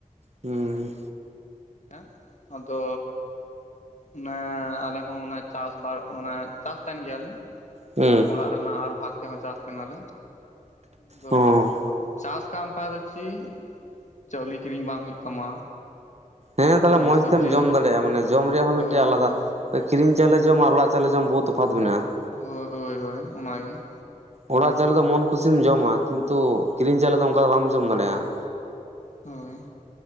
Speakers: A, on the right (about 50°); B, on the left (about 55°).
A: ᱦᱩᱸ᱾
B: <inaudible> ᱟᱫᱚ᱾ ᱚᱱᱮ ᱟᱞᱮ ᱦᱚᱸ ᱚᱱᱮ ᱪᱟᱥ ᱵᱟᱨ ᱚᱱᱮ ᱪᱟᱥ ᱛᱟᱦᱮᱸᱱ ᱜᱮᱭᱟᱞᱮ᱾
A: ᱦᱩᱸ᱾
B: ᱚᱲᱟᱜ ᱨᱮᱱᱟᱜ ᱟᱨ ᱵᱷᱟᱜᱽ ᱛᱮᱦᱚᱸ ᱪᱟᱥ ᱠᱟᱱᱟᱞᱮ᱾ ᱟᱫᱚ
A: ᱦᱚᱸ
B: ᱪᱟᱥ ᱚᱱᱠᱟ ᱟᱢᱯᱟ ᱫᱚ ᱪᱮᱫ ᱪᱟᱣᱞᱮ ᱠᱤᱨᱤᱧ ᱵᱟᱝ ᱦᱩᱭᱩᱜ ᱛᱟᱢᱟ᱾
A: ᱦᱮᱸ
B: ᱟᱨ
A: ᱛᱟᱦᱚᱸᱞᱮ ᱢᱚᱸᱡᱽ
B: ᱥᱚᱵᱽᱡᱤ
A: ᱛᱮᱢ ᱡᱚᱢ ᱫᱟᱲᱮᱭᱟᱜ-ᱟ ᱢᱟᱱᱮ, ᱡᱚᱢ ᱨᱮᱭᱟᱜ ᱦᱚᱸ
B: ᱦᱳᱭ
A: ᱢᱤᱫᱴᱮᱡ ᱟᱞᱟᱫᱟ
B: ᱦᱳᱭ
A: ᱠᱤᱨᱤᱧ ᱪᱟᱣᱞᱮ ᱡᱚᱢ ᱟᱨ ᱚᱲᱟᱜ ᱪᱟᱣᱞᱮ ᱡᱚᱢ ᱵᱚᱦᱩᱛ ᱛᱚᱯᱷᱟᱛ ᱢᱮᱱᱟᱜ-ᱟ᱾
B: ᱦᱳᱭ ᱦᱳᱭ ᱦᱳᱭ ᱚᱱᱟᱜᱮ᱾
A: ᱚᱲᱟᱜ ᱪᱟᱣᱞᱮ ᱫᱚ ᱢᱚᱱ ᱠᱩᱥᱤᱢ ᱡᱚᱢᱟ, ᱠᱤᱱᱛᱩ ᱠᱤᱨᱤᱧ ᱪᱟᱣᱞᱮ ᱫᱚ ᱚᱱᱠᱟ ᱫᱚ ᱵᱟᱢ ᱡᱚᱢ ᱫᱟᱲᱮᱭᱟᱜ-ᱟ᱾
B: ᱦᱳᱭ